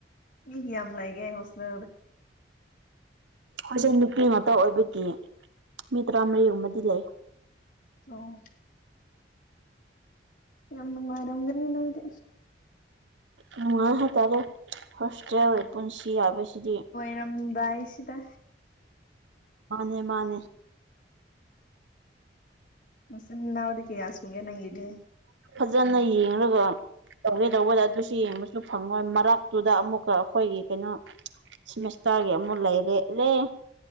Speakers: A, on the left (about 50°); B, on the right (about 85°).
A: ꯍꯒꯌꯥꯝꯂꯥꯏꯒ ꯍꯁꯂ
B: ꯍꯧꯁꯦ ꯅꯨꯄꯤ ꯉꯥꯛꯇ ꯑꯣꯏꯕꯒꯤ ꯃꯤ ꯇꯔꯥꯃꯔꯤꯒꯨꯝꯕꯗꯤ ꯂꯩ
A: ꯑꯣ ꯌꯥꯝ ꯅꯨꯡꯉꯥꯏꯔꯝꯒꯅꯤ ꯅꯪꯗꯤ
B: ꯅꯨꯡꯉꯥꯏ ꯍꯥꯏꯇꯥꯔꯦ ꯍꯣꯁꯇꯦꯜ ꯄꯨꯟꯁꯤ ꯍꯥꯏꯕꯁꯤꯗꯤ
A: ꯌꯥꯔꯝꯗꯥꯏꯁꯤꯗ
B: ꯃꯥꯅꯦ ꯃꯥꯅꯦ
A: ꯁꯎꯗꯛ ꯌꯥ ꯁꯨꯒꯦ ꯅꯪꯗꯦ
B: ꯐꯖꯅ ꯌꯦꯡꯉꯒ ꯇꯧꯒꯦ ꯇꯧꯕꯗ ꯑꯗꯨꯁꯨ ꯌꯦꯡꯕꯁꯨ ꯐꯪꯉꯣꯏ ꯃꯔꯛꯇꯨꯗ ꯑꯃꯨꯛ ꯑꯩꯈꯣꯏꯒꯤ ꯀꯩꯅꯣ ꯁꯤꯦꯃꯦꯁꯇꯔꯒꯤ ꯑꯃꯨꯛ ꯂꯩꯔꯦꯂꯦ